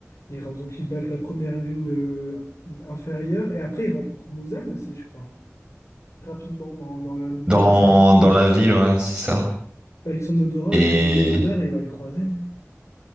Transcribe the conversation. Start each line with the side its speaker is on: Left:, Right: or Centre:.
Left: Ils, ren- donc ils battent la première lune euh, inférieure, et après, ils rencontrent Muzan aussi, je crois, rapidement dans, dans la, dans
Right: Dans,
Left: la série.
Right: dans la ville, ouais, c'est ça.
Left: Avec son odorat,
Right: Et
Left: il reconnaît l'odeur et il va le croiser.